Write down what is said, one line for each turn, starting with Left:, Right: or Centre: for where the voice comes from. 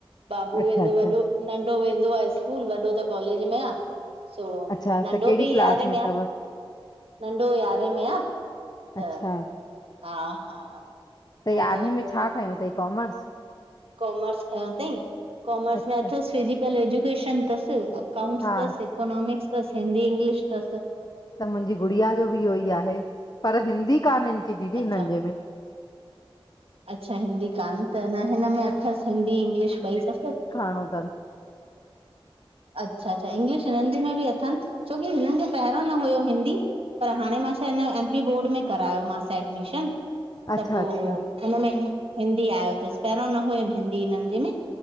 Right: बाबू
Left: अच्छा
Right: वेंदो
Left: अच्छा
Right: वॾो, नंढो वेंदो आहे स्कूल वॾो त कॉलेज में आह। सो,
Left: अच्छा
Right: नंढो
Left: त कहिड़ी
Right: बि यारें
Left: क्लास
Right: में
Left: अथव
Right: आ। नंढो यारहें में आ,
Left: अच्छा
Right: त हा हा
Left: त,
Right: नंढो
Left: यारहें में छा खयो अथईं, कोमर्स?
Right: कॉमर्स खयो थईं कॉमर्स
Left: अच्छा
Right: में अथसि, फिजिकल एजुकेशन तसि, अकाउंटस
Left: हा
Right: तसि। इकोनॉमिक्स तसि, हिंदी, इंग्लिश तसि।
Left: त मुंहिंजी, गुड़िया जो बि इहो ई आहे। पर हिंदी कान हिनि खे दीदी
Right: अच्छा
Left: हिननि जे में।
Right: अच्छा हिंदी कानि तनि, हिन में अथसि हिंदी, इंग्लिश ॿई तसि।
Left: णो तनि <unintelligible>
Right: अच्छा -अच्छा इंग्लिश हिननि जे में बि अथन, छोकी हिननि खे पहिरियों न हुयो हिंदी। पर हाणे मां छा हे, हिन जो एमपी बोर्ड में करायोमासि एडमिशन।
Left: अच्छा,
Right: त पोइ-
Left: अच्छा,
Right: हुनमें हिंदी आयो थसि। पहिरियों न हुयो हिंदी हिननि जे में।